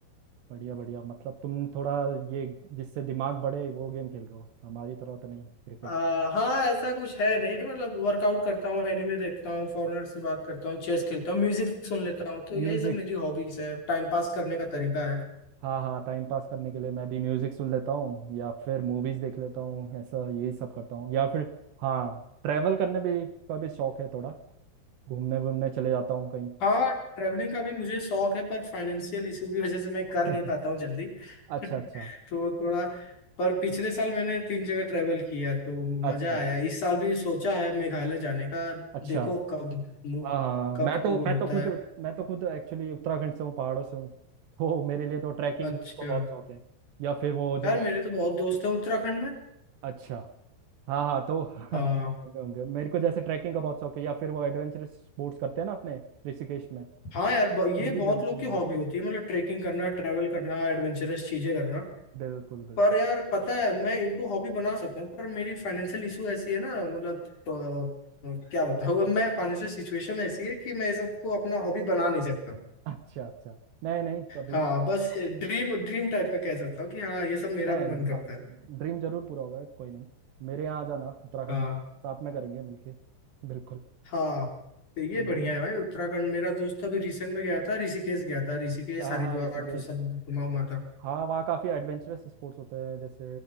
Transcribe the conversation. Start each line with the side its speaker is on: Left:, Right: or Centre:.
Right: बढ़िया बढ़िया मतलब तुम थोड़ा ये जिससे दिमाग बढ़े वो गेम खेल रहे हो हमारी तरह तो नहीं क्रिकेट
Left: आ, हाँ ऐसा कुछ है नहीं मतलब वर्कआउट करता हूँ एनिमे देखता हूँ फॉरेनर से बात करता हूँ चेस खेलता हूँ म्यूजिक सुन लेता हूँ तो यही
Right: म्यूजिक
Left: सब मेरी हॉबीज है टाइम पास करने का तरीका है
Right: हाँ हाँ टाइम पास करने के लिए मैं भी म्यूजिक सुन लेता हूँ या फिर मूवीज देख लेता हूँ ऐसा यही सब करता हूँ या फिर हाँ ट्रैवल करने भी का भी शौक है थोड़ा घूमने घूमने चले जाता हूँ कहीं
Left: हाँ ट्रैवलिंग का भी मुझे शौक है पर फाइनेंशियल इशू की वजह से मैं
Right: <laughs>
Left: कर नहीं पाता हूँ जल्दी <laughs>
Right: अच्छा अच्छा
Left: तो थोड़ा पर पिछले साल मैंने तीन जगह ट्रैवल किया तो
Right: अच्छा
Left: मजा आया इस साल भी सोचा है मेघालय जाने का
Right: अच्छा
Left: देखो कब मु-
Right: हाँ हाँ
Left: कब
Right: मैं तो
Left: वो
Right: मैं
Left: होता
Right: तो खुद
Left: है
Right: मैं तो खुद एक्चुअली उत्तराखंड से हूँ पहाड़ों से हूँ तो मेरे लिए तो ट्रैकिंग
Left: अच्छा
Right: को बहुत शौक है या फिर वो जो
Left: यार मेरे तो बहुत दोस्त हैं उत्तराखंड में
Right: अच्छा हाँ हाँ तो <laughs> हाँ,
Left: हाँ
Right: होंगे होंगे मेरे को जैसे ट्रैकिंग का बहुत शौक है या फिर वो एडवेंचरस स्पोर्ट्स करते हैं ना अपने ऋषिकेश में
Left: हाँ यार ब- ये
Right: बंजी
Left: बहुत
Right: जंपिंग
Left: लोग की हॉबी
Right: वो
Left: होती है मतलब ट्रेकिंग करना ट्रैवल करना एडवेंचरस चीजें करना
Right: बिल्कुल बिल्कुल
Left: पर यार पता है मैं इनको हॉबी बना सकता हूँ पर मेरी फाइनेंशियल इशू ऐसी है ना मतलब तो, अ, क्या बताऊँ अब मैं फाइनेंशियल सिचुएशन ऐसी है कि मैं ये सबको अपना हॉबी बना नहीं सकता
Right: अच्छा अच्छा नहीं नहीं कभी
Left: हाँ
Right: तो
Left: बस ड्रीम ड्रीम टाइप का कह सकता हूँ कि हाँ ये सब मेरा
Right: नहीं
Left: भी
Right: नहीं
Left: मन करता
Right: आप
Left: है
Right: ड्रीम जरूर पूरा होगा कोई नहीं मेरे यहाँ आ जाना उत्तराखंड
Left: हाँ
Right: में साथ में करेंगे मिलके बिल्कुल
Left: हाँ तो ये
Right: हम्म,
Left: बढ़िया है भाई उत्तराखंड मेरा दोस्त अभी रिसेंट में गया था ऋषिकेश गया था ऋषिकेश
Right: हाँ
Left: हरिद्वार
Right: हाँ, ऋषिकेश
Left: तो सब घुमा उमा था
Right: हाँ वहाँ काफ़ी एडवेंचरस स्पोर्ट्स होते हैं जैसे